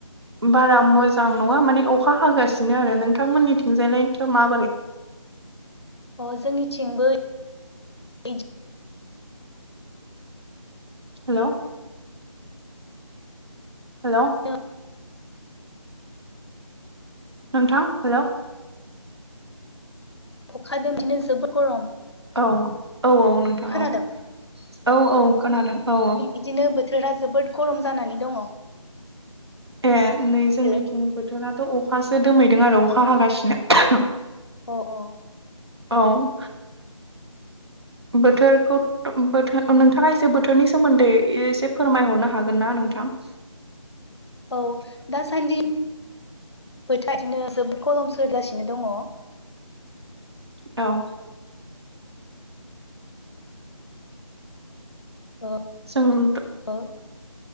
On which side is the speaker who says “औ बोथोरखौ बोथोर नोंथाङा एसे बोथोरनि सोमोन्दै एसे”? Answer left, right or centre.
Right